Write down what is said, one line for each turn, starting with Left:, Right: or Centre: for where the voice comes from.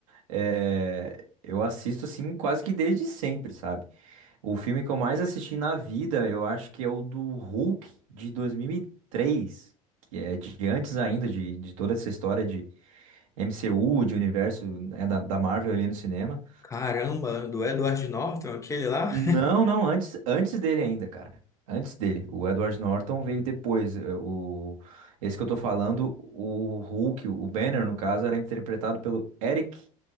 Right: É, eu assisto assim quase que desde sempre, sabe? O filme que eu mais assisti na vida, eu acho que é o do Hulk de dois mil e três que é de antes ainda de, de toda essa história de MCU, de universo, né, da, da Marvel ali no cinema.
Left: Caramba, do Edward Norton, aquele lá?
Right: Não, não, antes, antes dele ainda, cara. Antes dele. O Edward Norton veio depois. Eh, O, esse que eu tô falando, o Hulk, o Banner, no caso, era interpretado pelo Eric